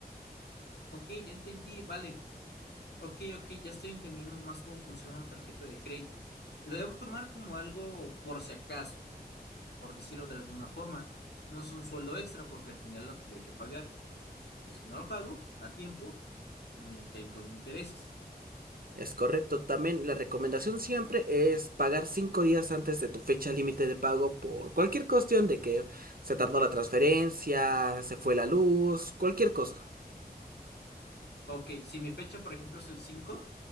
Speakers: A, on the left; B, on the right.
A: ok, ya entendí, vale. Ok, ok, ya estoy entendiendo más cómo funciona una tarjeta de crédito. Lo debo tomar como algo por si acaso. por decirlo de alguna forma. No es un sueldo extra porque al final lo tendré que pagar. Y si no lo pago a tiempo, me caen con intereses.
B: Es correcto. También la recomendación siempre es pagar cinco días antes de tu fecha límite de pago por cualquier cuestión de que se tardó la transferencia, se fue la luz, cualquier cosa.
A: Ok, si mi fecha, por ejemplo, es el cinco